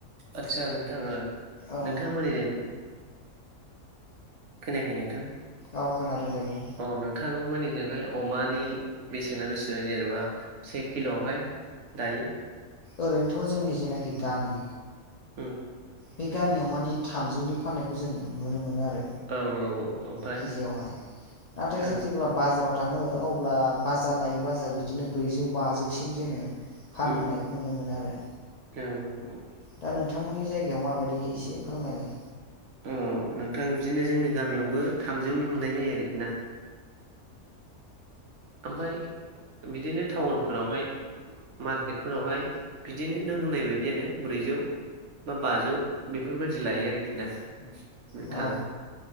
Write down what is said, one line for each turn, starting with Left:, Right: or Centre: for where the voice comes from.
Right: आदसा नोंथां ओ
Left: औ
Right: नोंथांमोननिजों। खोनायाखै नोंथां।
Left: औ खोनादों दे। बुं
Right: अ नोंथांमोननिजोंहाय अमानि बेसेना बेसेबां जेनेबा से किल'आवहाय? दायो
Left: ओरैनोथ' जोंनि जेनाखि गामि।
Right: ओम।
Left: बे गामियाव मानि थामजौनि फान्नायखौ जों नुनो मोनो आरो।
Right: औ औ औ ओमफाय
Left: केजियावहाय नाथाय जों
Right: औ।
Left: जेब्ला बाजाराव थाङो अब्ला बाजार नायै बाजार बिदिनो ब्रैजौ बाजौसिम जोङो। फानहोनायखौ
Right: उम
Left: नुनो मोनो आरो।
Right: औ औ औ।
Left: दा नोंथांमोननि जायगायाव माबायदि एसे फोरमायलाय।
Right: अ नोंथां बिदिनो जोंनि गामियावबो थामजौनि मोननाय जायो आरोखि ना। ओमफ्राय बिदिनो टाउनफोरावहाय। मार्केटफोरावहाय बिदिनो नों होननाय बायदियानो ब्रैजौ। बा बाजौ बेफोरबादि लायो आरोखि ना। नोंथां
Left: औ